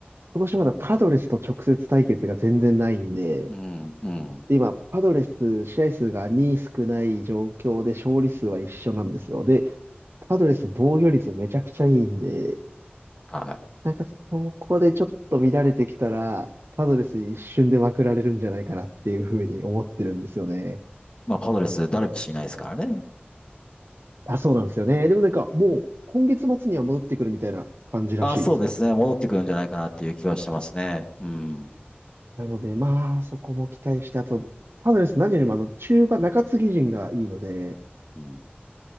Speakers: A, on the right; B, on the left.
A: 今年まだパドレスと直接対決が全然ないんで、
B: うん、うん。
A: で今、パドレス試合数が2少ない状況で勝利数は一緒なんですよ。で、パドレス防御率めちゃくちゃいいんで、
B: はい。
A: なんかそこでちょっと乱れてきたら、パドレスに一瞬でまくられるんじゃないかなっていうふうに思ってるんですよね。
B: まあ、パドレス、ダルビッシュいないですからね。
A: あ、そうなんですよね。でもなんかもう今月末には戻ってくるみたいな感じらしいですよ。
B: あそうですね。戻ってくるんじゃないかなっていう気はしてますね。うん。
A: なのでまあそこも期待して、あと、パドレス何よりもあの中盤、中継ぎ陣がいいので、
B: うん。